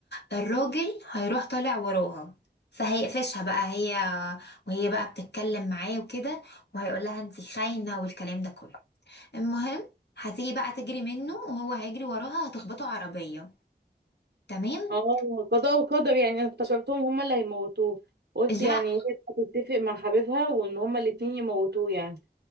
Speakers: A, on the left; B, on the right.
A: الراجل هيروح طالع وراها فهيقفشها بقى هي وهي بقى بتتكلم معاه وكده وهيقول لها انت خاينة والكلام ده كله المهم هتيجي بقى تجري منه وهو هيجري وراها هتخبطه عربية تمام
B: اه قضاء وقدر يعني انا افتكرتهم هما اللي هيموتوه قلت
A: لا
B: يعني هي هتتفق مع حبيبها وان هما الاتنين يموتوه يعني